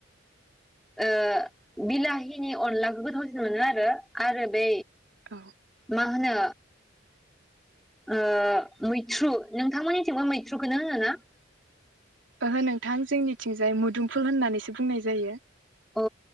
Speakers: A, in the centre; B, on the right.
A: ओ बिलाहिनि अनलाखौ गोथावसिन मोनो आरो आरो बै
B: औ
A: मा होनो ओ मैथ्रु नोंथांमोननिथिंबो मैथ्रुखौनो होनो ना?
B: ओहो नोंथां जोंनिथिंजाय मुदुमफुल होननानैसो बुंनाय जायो।
A: अ